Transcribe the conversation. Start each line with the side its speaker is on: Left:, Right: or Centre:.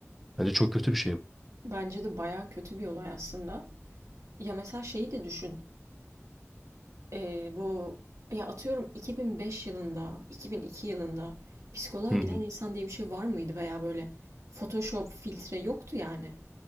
Centre: Bence çok kötü bir şey bu.
Right: Bence de bayağı kötü bir olay aslında. Ya mesela şeyi de düşün. Ee, bu ya atıyorum 2005 yılında, 2002 yılında psikoloğa
Centre: Hı
Right: giden
Centre: hı.
Right: insan diye bir şey var mıydı veya böyle Photoshop filtre yoktu yani.